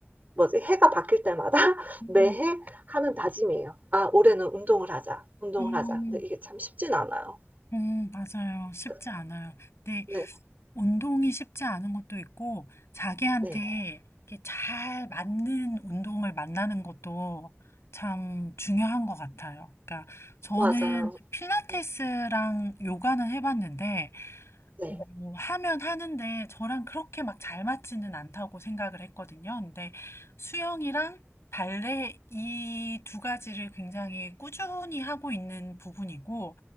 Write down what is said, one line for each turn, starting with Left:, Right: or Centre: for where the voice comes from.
Right: 뭐지? 해가 바뀔 때마다 <laughs>
Left: 음.
Right: 매해 하는 다짐이에요. '아 올해는 운동을 하자. 운동을
Left: 음.
Right: 하자.'
Left: 음.
Right: 근데 이게 참 쉽진 않아요.
Left: 음. 맞아요. 쉽지
Right: 그
Left: 않아요. 근데
Right: 네.
Left: 운동이 쉽지 않은 것도 있고 자기한테
Right: 네.
Left: 이렇게 잘 맞는 운동을 만나는 것도 참 중요한 것 같아요. 그러니까 저는
Right: 맞아요.
Left: 필라테스랑
Right: 네.
Left: 요가는 해봤는데
Right: 네.
Left: 뭐 하면 하는데 저랑 그렇게 막 잘 맞지는 않다고 생각을 했거든요. 근데 수영이랑 발레 이 두 가지를 굉장히 꾸준히 하고 있는 부분이고